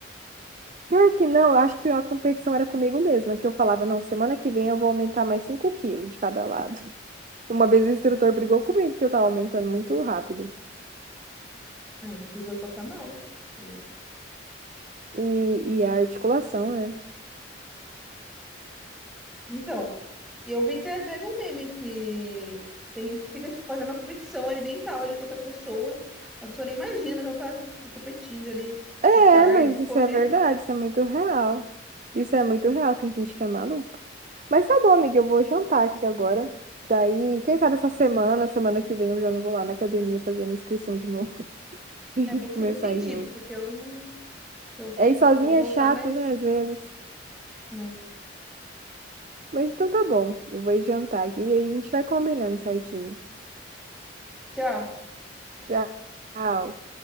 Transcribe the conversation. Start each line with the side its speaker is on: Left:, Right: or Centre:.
Right: Pior que não, eu acho que a competição era comigo mesma, que eu falava, não, semana que vem eu vou aumentar mais 5 quilos de cada lado. <laughs> Uma vez o instrutor brigou comigo porque eu tava aumentando muito rápido.
Centre: Ai, é perigoso passar mal. É.
Right: E, e a articulação, né?
Centre: Então, eu vi até, teve um meme que tem gente que fica, tipo, fazendo uma competição alimentar ali com outra pessoa. A pessoa nem imagina, mas ela tá, com, tipo, competindo ali
Right: É,
Centre: o cardio,
Right: mas isso
Centre: <laughs> correr.
Right: é verdade, isso é muito real. Isso é muito real, tem gente que é maluca. Mas tá bom, amiga, eu vou jantar aqui agora. Daí, quem sabe essa semana, semana que vem eu já não vou lá na academia fazer minha inscrição de novo. <laughs> E a
Centre: É
Right: gente
Centre: bom que
Right: começar
Centre: você me incentiva,
Right: a ir junto.
Centre: porque eu não. Eu
Right: É, ir sozinha
Centre: vou voltar
Right: é chato,
Centre: mais,
Right: né, às vezes.
Centre: né?
Right: Mas então tá bom, eu vou ir jantar aqui e aí a gente vai combinando certinho.
Centre: Tchau.
Right: Tchau.